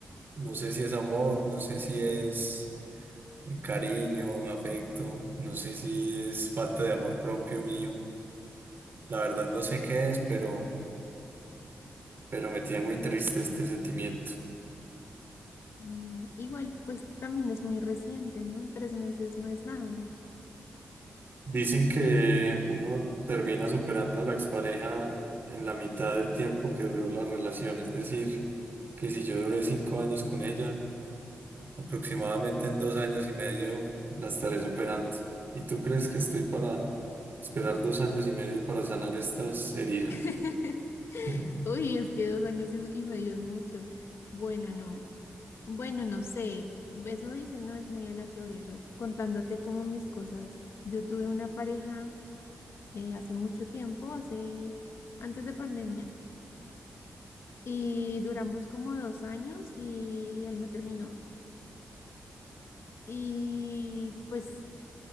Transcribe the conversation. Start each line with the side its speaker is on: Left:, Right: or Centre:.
Right: No sé si es amor, no sé si es eh, cariño, afecto, no sé si es falta de amor propio mío. La verdad no sé qué es, pero, pero me tiene muy triste este sentimiento.
Left: No, igual, pues también es muy reciente, ¿no? Tres meses no es nada.
Right: Dicen que uno termina superando a la expareja en la mitad del tiempo que duró la relación, es decir, que si yo duré cinco años con ella, aproximadamente en dos años y medio la estaré superando. ¿Y tú crees que estoy para esperar dos años y medio para sanar estas heridas?
Left: <laughs>
Right: Mm,
Left: Uy, es que dos años es- y medio es mucho. Bueno, no, bueno, no sé, eso dice, no es muy aleatorio. Yo contándote como mis cosas, yo tuve una pareja eh, hace mucho tiempo, hace antes de pandemia. y duramos como dos años y él me terminó. Y pues